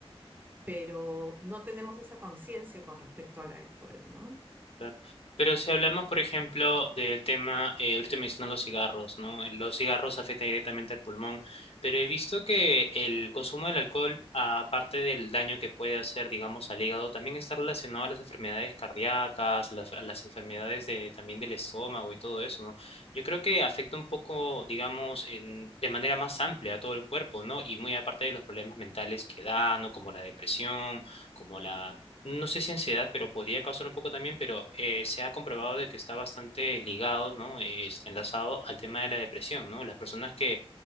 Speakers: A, on the right; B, on the left.
A: pero no tenemos esa conciencia con respecto al alcohol, ¿no?
B: Claro. Pero si hablamos, por ejemplo, del tema, eh, ahorita mencionan los cigarros, ¿no? Eh, Los cigarros afectan directamente al pulmón, pero he visto que el consumo del alcohol, aparte del daño que puede hacer, digamos, al hígado, también está relacionado a las enfermedades cardíacas, a las, a las enfermedades de, también del estómago y todo eso, ¿no? Yo creo que afecta un poco, digamos, en- de manera más amplia a todo el cuerpo, ¿no? Y muy aparte de los problemas mentales que dan, ¿no? Como la depresión, como la no sé si ansiedad, pero podría causar un poco también, pero eh, se ha comprobado de que está bastante ligado, ¿no? Este, enlazado al tema de la depresión, ¿no? Las personas que